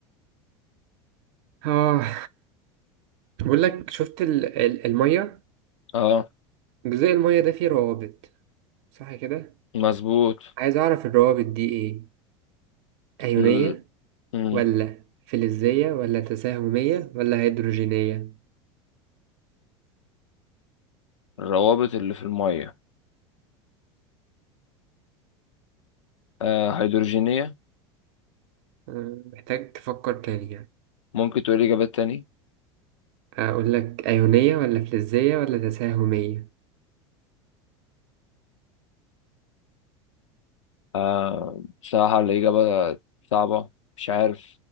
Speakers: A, on the right (about 65°); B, on the left (about 85°).
A: اه بقول لك شفت ال... ال... المية
B: اه
A: جزء المية ده فيه روابط صح كده
B: مظبوط
A: عايز اعرف الروابط دي ايه أيونية
B: ال... مم.
A: ولا فلزية ولا تساهمية ولا هيدروجينية
B: الروابط اللي في الميه آه هيدروجينية
A: أه، محتاج تفكر تاني يعني
B: ممكن تقول اجابات تاني
A: أقول لك أيونية ولا فلزية ولا تساهمية
B: آه بصراحة الاجابة صعبة مش عارف